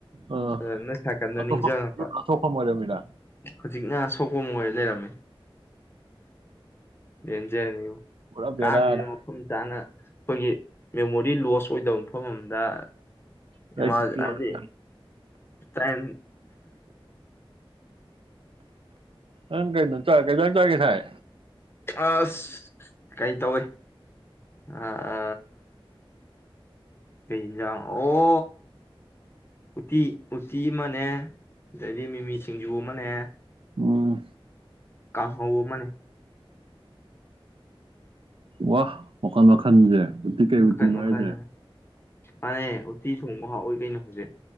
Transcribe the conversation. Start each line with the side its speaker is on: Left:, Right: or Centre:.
Right: ꯑꯥ
Left: ꯑꯗꯨ ꯅꯣꯏ ꯅꯥꯀꯟꯗꯣ
Right: ꯑꯇꯣꯞꯄ
Left: ꯅꯤꯡꯁꯤꯡꯉꯛꯄ
Right: ꯑꯁꯣꯛꯐꯝ ꯑꯣꯏꯔꯝꯃꯤꯔ
Left: ꯍꯧꯖꯤꯛꯅ ꯁꯣꯛꯄ ꯃꯣꯏ ꯂꯩꯔꯝꯃꯤ ꯌꯦꯟꯖꯅꯤ
Right: ꯄꯨꯔꯥ ꯕꯦꯔꯥꯅꯤ
Left: ꯀꯥꯡꯁꯤꯗ ꯃꯐꯝ ꯆꯥꯅ ꯑꯩꯈꯣꯏꯒꯤ ꯃꯦꯃꯣꯔꯤ ꯂꯣꯁ ꯑꯣꯏꯗꯕ ꯃꯐꯝ ꯑꯃ
Right: ꯅꯪ
Left: ꯏꯃꯥ ꯍꯥꯏꯗꯤ ꯇꯥꯏꯝ
Right: ꯑꯪ ꯀꯩꯅ ꯆ ꯀꯩ ꯆ ꯆ ꯀ ꯊꯥꯏ
Left: ꯑꯁ ꯀꯔꯤ ꯇꯧꯏ ꯑ ꯑ ꯀꯩ ꯌꯦꯟꯁꯥꯡ ꯑꯣ ꯎꯇꯤ ꯎꯇꯤ ꯑꯃꯅꯦ ꯑꯗꯩꯗꯤ ꯃꯤꯃꯤ ꯁꯤꯡꯖꯨ ꯑꯃꯅꯦ
Right: ꯑꯣ
Left: ꯀꯥ ꯍꯣ ꯃꯅꯦ
Right: ꯋꯥ ꯋꯥꯈꯜ ꯃꯈꯜꯁꯦ ꯎꯇꯤ ꯀꯩ
Left: ꯃꯈꯟ
Right: ꯎꯇꯤꯅꯣ
Left: ꯃꯈꯜ
Right: ꯍꯥꯏꯁꯦ
Left: ꯃꯥꯅꯦ ꯎꯠꯇꯤ ꯊꯣꯡꯕ ꯍꯥꯎꯑꯣꯏ ꯀꯩꯅꯣ ꯍꯧꯖꯤꯛ